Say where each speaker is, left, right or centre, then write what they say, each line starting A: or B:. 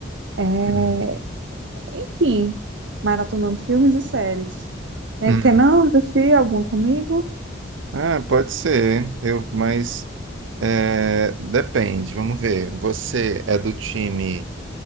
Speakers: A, on the right (about 70°); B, on the right (about 85°).
A: É,
B: Uhum.
A: enfim, maratonando filmes e séries. É,
B: Hum.
A: quer não assistir algum comigo?
B: Ah, pode ser. Eu, mas é, depende. Vamos ver. Você é do time